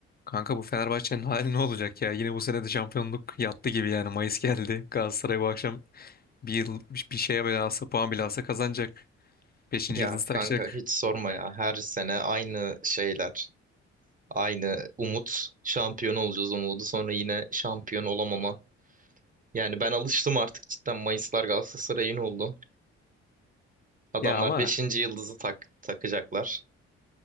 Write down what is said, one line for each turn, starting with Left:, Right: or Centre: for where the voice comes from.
Left: Kanka bu Fenerbahçe'nin hali ne olacak ya? Yine bu sene de şampiyonluk yattı gibi yani. Mayıs geldi. Galatasaray bu akşam bir yıl bir bir şeye bile alsa puan bile alsa kazanacak. Beşinci
Right: Ya
Left: yıldızı takacak.
Right: kanka hiç sorma ya. Her sene aynı şeyler. Aynı umut. Şampiyon olacağız umudu. Sonra yine şampiyon olamama. Yani ben alıştım artık cidden. Mayıslar Galatasaray'ın oldu. Adamlar
Left: Ya ama
Right: beşinci yıldızı tak takacaklar.